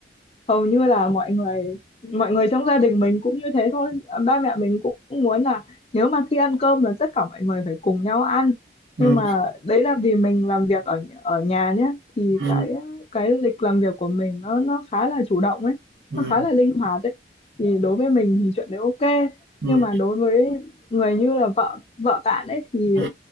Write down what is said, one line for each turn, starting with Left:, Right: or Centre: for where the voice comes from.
Left: hầu như là mọi người mọi người trong gia đình mình cũng như thế thôi ba mẹ mình cũng muốn là nếu mà khi ăn cơm là tất cả mọi người phải cùng nhau ăn
Right: ừ.
Left: nhưng mà đấy là vì mình làm việc ở ở nhà nhé thì
Right: ừ.
Left: cái cái lịch làm việc của mình nó nó khá là chủ động ấy
Right: ừ,
Left: nó khá là linh hoạt ấy thì đối với mình thì chuyện đấy ok
Right: ừ,
Left: nhưng mà đối với người như là vợ vợ bạn ấy thì
Right: ừ,